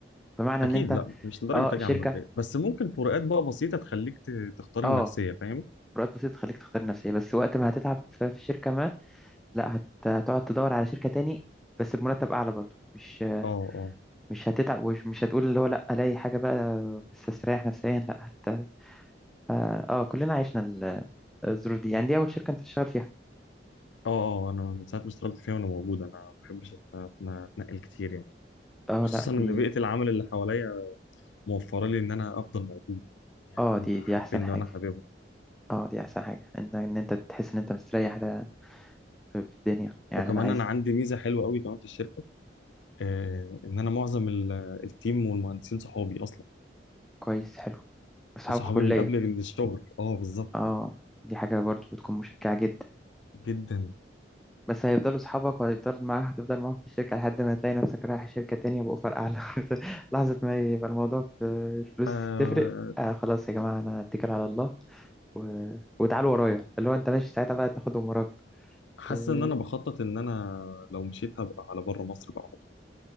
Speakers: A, in the centre; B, on the left.
A: بمعنى
B: اكيد
A: ان انت
B: لا مش لدرجه
A: اه
B: تاجي
A: شركة
B: على الماديه بس ممكن فروقات بقى بسيطه تخليك ت- تختار
A: اه
B: النفسيه فاهم
A: فروقات بسيطة تخليك تختار النفسية بس وقت ما هتتعب في في شركة ما لا هت... هتقعد تدور على شركة تاني بس بمرتب اعلى برضه مش
B: اه اه
A: مش هتتعب ومش مش هتقول اللي هو لا الاقي حاجة بقى بس استريح نفسيا لا هت... اه كلنا عشنا ال- الظروف دي يعني دي اول شركة انت تشتغل فيها
B: اه اه انا من ساعه ما اشتغلت فيها وانا موجود انا ما بحبش أت- أت- اتنقل كتير يعني
A: اه
B: خصوصا
A: لا
B: ان
A: دي
B: بيئه العمل اللي حواليا موفره لي ان انا افضل موجود يعني
A: اه
B: هم
A: دي دي
B: حابيني
A: احسن حاجة
B: وانا حاببهم
A: اه دي احسن حاجة ان ان انت تحس ان انت مستريح ده في في الدنيا يعني
B: وكمان
A: انا عايز
B: انا عندي ميزه حلوه قوي كمان في الشركه آه ان انا معظم ال- التيم والمهندسين صحابي اصلا
A: كويس حلو أصحاب
B: صحابي
A: كلية
B: من قبل الشغل اه بالظبط
A: اه دي حاجة برضو بتكون مشجعة جدا
B: جدا
A: بس هيفضلوا أصحابك وهيفضل معاها هتفضل معاهم في الشركة لحد ما تلاقي نفسك رايح شركة تانية بأوفر أعلى <laughs> لحظة ما يبقى الموضوع في الفلوس
B: آه
A: تفرق آه خلاص يا جماعة أنا أتكل على الله و... وتعالوا ورايا اللي هو أنت ماشي ساعتها بقى تاخدهم وراك
B: حاسس
A: ت-
B: ان انا بخطط ان انا لو مشيت هبقى على بره مصر بقى على طول